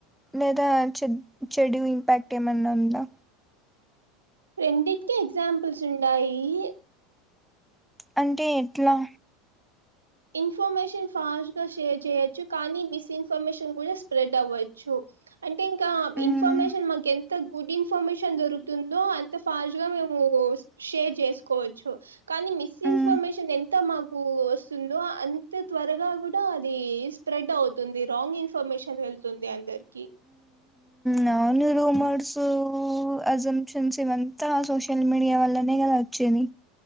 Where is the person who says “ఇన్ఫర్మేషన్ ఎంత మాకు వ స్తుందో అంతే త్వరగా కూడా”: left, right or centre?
Right